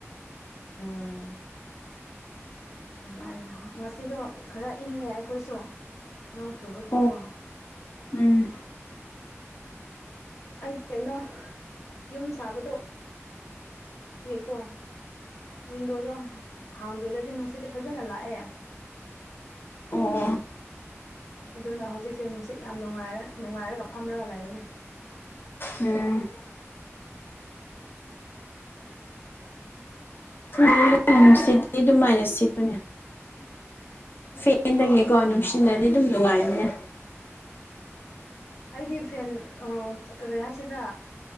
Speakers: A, on the left; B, on the left.
A: ꯑꯝ ꯅꯨꯡꯉꯥꯏꯅ ꯉꯁꯤꯗꯣ ꯈꯔ ꯏꯪꯉꯦ ꯑꯩꯈꯣꯏꯁꯨ ꯅꯣꯡ ꯆꯨꯕꯒꯤꯀꯣ
B: ꯑꯣ ꯎꯝ
A: ꯑꯩꯗꯤ ꯀꯩꯅꯣ ꯌꯨꯝ ꯁꯥꯕꯗꯣ ꯀꯣ ꯋꯤꯟꯗꯣꯗꯣ ꯍꯥꯡꯕꯤꯔꯗꯤ ꯅꯨꯡꯁꯤꯠꯇꯤ ꯐꯖꯅ ꯂꯥꯛꯑꯦ
B: ꯑꯣ
A: ꯑꯗꯨꯅ ꯍꯧꯖꯤꯛꯁꯦ ꯅꯨꯡꯁꯤꯠ ꯌꯥꯝ ꯅꯨꯡꯉꯥꯏꯔꯦ ꯅꯨꯡꯉꯥꯏꯔꯒ ꯐꯝꯂꯒ ꯂꯩꯕꯅꯤ
B: ꯎꯝ ꯎꯝ <unintelligible> ꯅꯨꯡꯁꯤꯠꯇꯤ ꯑꯗꯨꯃꯥꯏꯅ ꯁꯤꯠꯄꯅꯦ ꯐꯦꯟꯗꯒꯤꯀꯣ ꯅꯨꯡꯁꯤꯅꯗꯤ
A: ꯎꯝ
B: ꯑꯗꯨꯝ ꯅꯨꯡꯉꯥꯏꯅꯤꯅꯦ
A: ꯑꯩꯗꯤ ꯐꯦꯟ ꯀꯔꯤ ꯍꯥꯏꯁꯤꯗ꯭ꯔꯥ